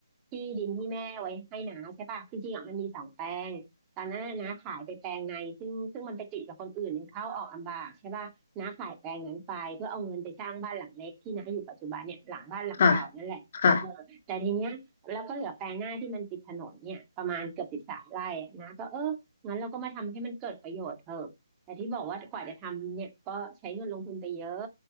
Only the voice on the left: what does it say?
ค่ะค่ะ